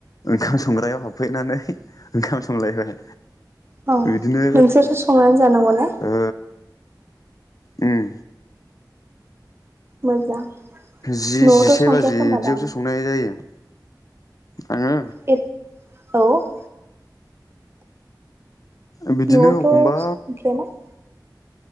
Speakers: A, on the left; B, on the right.
A: खाम संग्रायाव हाबफैनानै ओंखाम संलायबाय।
B: औ
A: बिदिनो
B: नोंसोरसो संनानै जानांगौ ने?
A: ओ उम।
B: मोजां
A: जि
B: न'आवथ'
A: जिसे
B: संखाया
A: बाजि
B: खोमा
A: इदियावसो
B: दां
A: संनाय जायो। आङो
B: <unintelligible> औ
A: बिदिनो
B: नआवथ
A: एखमबा
B: संखाया ना? <inaudible>